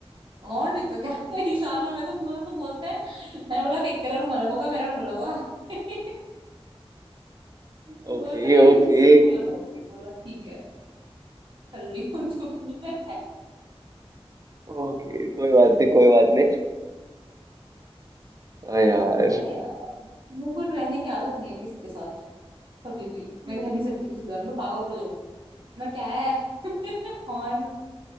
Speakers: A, on the right; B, on the right.
A: और नहीं तो क्या <laughs> ईशान और मैं तुम दोनों तो बोलते हैं मैंने बोला देख तेरा रूम अलग होगा मेरा रूम अलग होगा <laughs> वो
B: ओके
A: तो
B: ओके
A: इससे कूल अबाउट इट बोला ठीक है कर लियो <laughs> जो करना है
B: ओके कोई बात नहीं कोई बात नहीं हाँ यार
A: सही है यार मेरे को रहने की आदत नहीं है किसी के साथ कभी भी
B: हम्म,
A: मैं रह नहीं सकती किसी के साथ मैं तो पागल हो जाऊंगी मैं क्या है <laughs> और